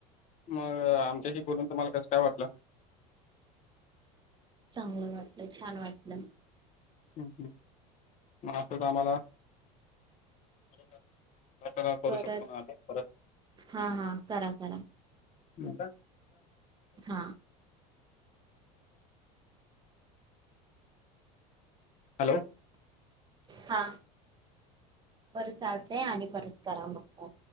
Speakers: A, on the left; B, on the right.
A: मग आमच्याशी बोलून तुम्हाला कसं काय वाटलं.
B: चांगल वाटलं, छान वाटलं.
A: हम हम मग असंच आम्हाला. <unintelligible> हा करू
B: परत
A: शकतो ना आपण परत.
B: हा हा करा करा
A: हं.
B: हा.
A: हॅलो.
B: हा बरं चालतंय आणि परत करा मग कॉल.